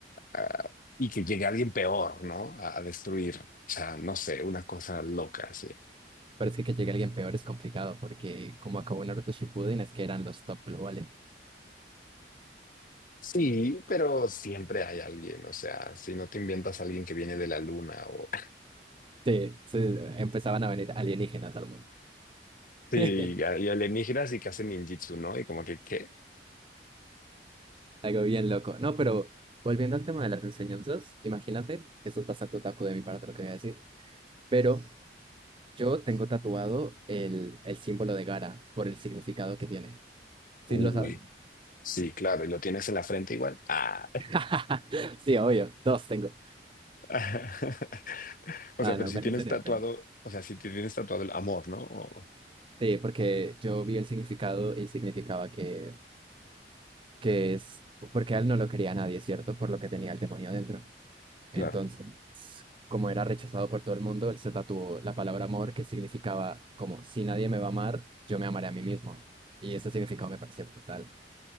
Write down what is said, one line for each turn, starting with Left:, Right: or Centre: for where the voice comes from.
Left: ah, y que llegue alguien peor, ¿no? A, a destruir. O sea, no sé, una cosa loca, sí.
Right: Pero es que que llegue alguien peor es complicado, porque como acabó Naruto Shippuden es que eran los top globales.
Left: Sí, pero siempre hay alguien, o sea, si no te inventas a alguien que viene de la luna o...
Right: Sí, sí, sí, sí, empezaban a venir alienígenas al mundo.
Left: Sí,
Right: <laughs>
Left: y a- y alienígenas y que hacen ninjitsu, ¿no? Y como que, ¿qué?
Right: Algo bien loco. No, pero volviendo al tema de las enseñanzas, imagínate, esto es bastante otaku de mi parte lo que voy a decir, pero yo tengo tatuado el, el símbolo de Gara por el significado que tiene.
Left: Uy,
Right: ¿Sí lo saben?
Left: sí, claro, y lo tienes en la frente igual. Ah.
Right: <laughs> Sí, obvio, dos tengo.
Left: <laughs> O
Right: Ah,
Left: sea, pero
Right: no,
Left: si
Right: pero
Left: tienes
Right: en serio,
Left: tatuado,
Right: pero-
Left: o sea, si te tienes tatuado el amor, ¿no? O-
Right: Sí, porque yo vi el significado y significaba que, que es, porque a él no lo quería nadie, ¿cierto? Por lo que tenía el demonio adentro.
Left: claro.
Right: Entonces, como era rechazado por todo el mundo, él se tatuó la palabra amor, que significaba como, si nadie me va a amar, yo me amaré a mí mismo. Y ese significado me pareció brutal.